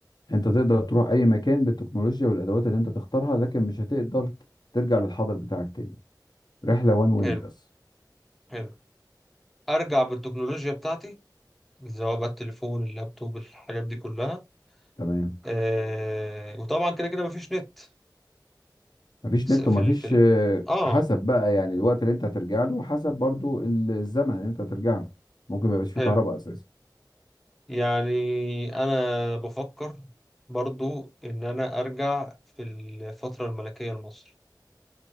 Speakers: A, on the left; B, in the centre.
A: انت تقدر تروح اي مكان بالتكنولوجيا والادوات اللي انت تختارها لكن مش هتقدر ترجع للحاضر بتاعك تاني رحلة وان واي
B: حلو
A: بس
B: حلو ارجع بالتكنولوجيا بتاعتي سواء بقى التليفون اللابتوب الحاجات دي كلها
A: تمام
B: آه وطبعا كده كده مفيش نت
A: مفيش
B: بس
A: نت
B: في
A: ومفيش
B: ال في ال
A: آه،
B: اه
A: حسب بقى يعني الوقت اللي انت هترجع له حسب برضو ال- الزمن اللي انت هترجع له ممكن ما يبقاش فيه
B: حلو
A: كهرباء اساسا
B: يعني انا بفكر برضو ان انا ارجع في الفترة الملكية لمصر